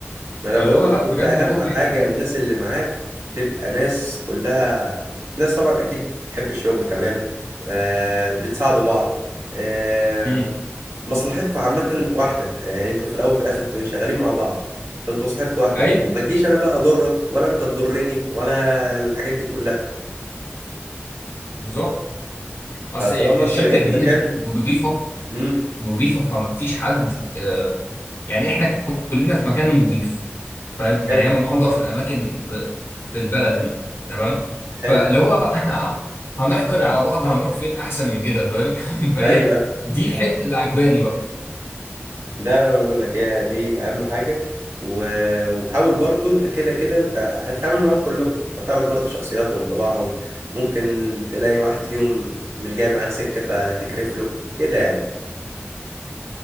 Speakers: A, on the right; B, on the left.
A: ما انا
B: فاللي
A: بقول
B: هو
A: لك
B: لا
A: انت
B: بجد
A: اهم
B: الموضوع بيفرق
A: حاجه
B: يعني
A: الناس اللي معاك تبقى ناس كلها ناس طبعا اكيد تحب الشغل تمام آه بتساعدوا بعض آه
B: امم
A: مصلحتكم عامه واحده يعني انتوا في الاول وفي الاخر انتوا إيه، شغالين مع بعض فانتوا مصلحتكم واحده
B: أيوه
A: ما تجيش انا بقى اضرك ولا انت تضرني ولا الحاجات دي كلها
B: بالظبط أصل
A: فطالما
B: الشركة
A: انت لقيت
B: الجديدة
A: مكان
B: دي نظيفة
A: امم
B: نظيفه فما فيش حد آه، يعني احنا كلنا في مكان نظيف فاهم يعني
A: حلو
B: هي من انظف الاماكن في في البلد هنا تمام
A: حلو
B: فلو هو <laughs> هنحقد على بعض هنروح فين احسن من كده فاهم <laughs> فهي
A: ايوه
B: دي الحته اللي عجباني بقى
A: لا انا بقول لك هي دي اهم حاجه و- وحاول برضو انت كده كده انت هتتعامل معاهم كلهم هتعرف برضو شخصياتهم طباعهم ممكن تلاقي واحد فيهم مش جاي معاك سكه فتكرف له كده يعني